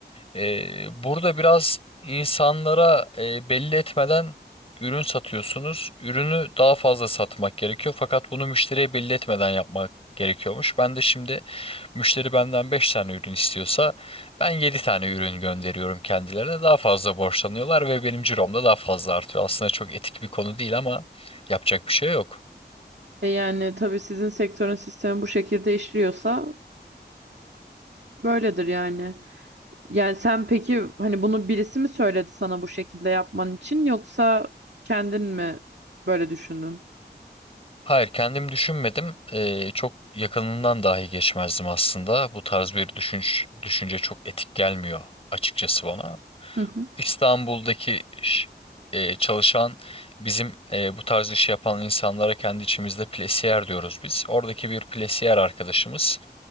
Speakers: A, on the left (about 35°); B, on the right (about 80°).
A: Ee, burada biraz insanlara e, belli etmeden ürün satıyorsunuz. Ürünü daha fazla satmak gerekiyor fakat bunu müşteriye belli etmeden yapmak gerekiyormuş. Ben de şimdi müşteri benden 5 tane ürün istiyorsa ben 7 tane ürün gönderiyorum kendilerine. Daha fazla borçlanıyorlar ve benim cirom da daha fazla artıyor. Aslında çok etik bir konu değil ama yapacak bir şey yok.
B: E yani tabii sizin sektörün sistemi bu şekilde işliyorsa böyledir yani. Yani sen peki hani bunu birisi mi söyledi sana bu şekilde yapman için yoksa kendin mi böyle düşündün?
A: Hayır, kendim düşünmedim. Ee, çok yakınından dahi geçmezdim aslında. Bu tarz bir düşünç, düşünce çok etik gelmiyor açıkçası bana.
B: Hı hı.
A: İstanbul'daki ş- e, çalışan bizim e, bu tarz işi yapan insanlara kendi içimizde plesiyer diyoruz biz. Oradaki bir plesiyer arkadaşımız.